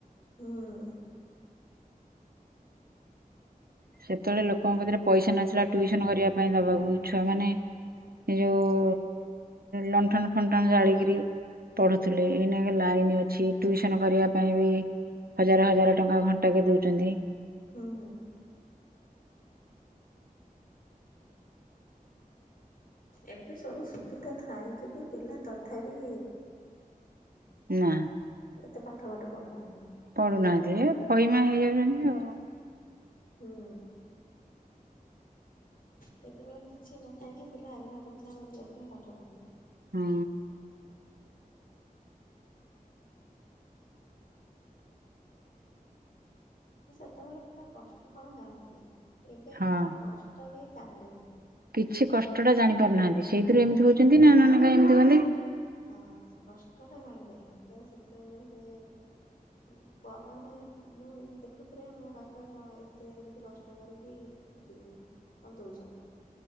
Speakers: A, on the left (about 70°); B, on the right (about 85°).
A: ହୁଁ।
B: ସେତେବେଳେ ଲୋକଙ୍କ ପାଖରେ ପଇସା ନଥିଲା ଟ୍ଯୂସନ କରିବା ପାଇଁ ଦବାକୁ ଛୁଆମାନେ ଏ ଯୋଉ ଲଣ୍ଠନ ଫଣ୍ଟନ ଜାଳିକିରି ପଢୁଥିଲେ। ଏଇନା ଲାଇନ ଅଛି ଟିଉସନ କରିବା ପାଇଁ ବି ହଜାର ହଜାର ଟଙ୍କା ଘଣ୍ଟା କେ ଦଉଛନ୍ତି।
A: ହୁଁ। ଏବେ ସବୁ ସୁବିଧା ଥାାଇଁ କି ବି ପିଲା ତଥାପ
B: ନା।
A: ଏତେ ପାଠ ବାଠ ପଢୁନାହାନ୍ତି ଆଉ।
B: ପଡୁନାହାନ୍ତି ଫଇମା ହେଇଯାଉଛନ୍ତି ଆଉ।
A: ହୁଁ। ସେତେବେଳେ କିଛି ନଥାାଇ କିି ପିଲା ଆଗ୍ରହ କରିୁଥିଲେ ଆମେ ଦିଅକ୍ଷର ପାଠ ପଢି ବୁ।
B: ହଁ।
A: ସେତେବେଳେ ପିଲା କଷ୍ଟ କଣ ଜାଣୁଥିଲେ ଏବେ
B: ହଁ।
A: କଣ କଷ୍ଟ କେହି ଜାଣିଲେନି।
B: କିଛି କଷ୍ଟଟା ଜାଣି ପାରୁନାହାନ୍ତି ସେଇଥିରୁ
A: ନା
B: ଏମିତି ହଉଛନ୍ତି ନା ନହଲେ କାଇଁ ଏମିତି ହୁଅନ୍ତି କି।
A: ହଁ କଷ୍ଟ ଟା ଜାଣି ପାରିବନି ତ ସେତେବେଳେ ହୁଏ। କ ମାନେ ମୁଁ ଦେଖୁଥିଲି ମୋ ବାପା କଣ ଏତେ ଏମିତି କଷ୍ଟ କରିକି। ଏତିକି କଣ ଦଉଛନ୍ତି